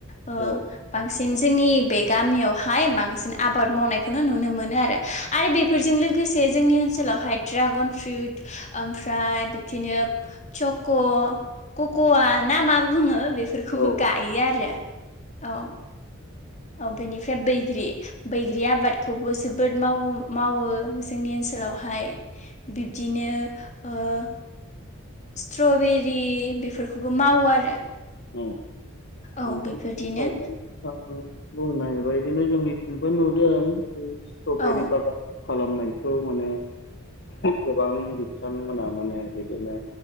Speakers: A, on the left; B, on the left.
A: ओ
B: औ
A: बां सिन जोंनि बे गामियावहाय बांसिन आबाद मावनायखौनो नुनो मोनो आरो आरो बेफोरजों लो गोसे जोंनि ओनसोलावहाय ड्रागन फ्रुट ओमफ्राय बिबदिगनो चक' कक'वा ना मा बुङो बे
B: औ
A: गायो आरो औ औ बेनिफ्राय बैग्रि बैग्रि आबादखौबो जोबोद मावो मावो जोंनि‌ ओनसोलावहाय बिबदिनो ओ स्ट्रबेरि बेफोरखौबो मावो आरो
B: औ <unintelligible>
A: औ बेफोरदिनो
B: बुंनायबायदिनो जोंनिथिंबो नुदों बे स्ट्रबेरि
A: औ
B: बागान खालामनायखौ माने गोबां बिथांमोना माने बिदिनो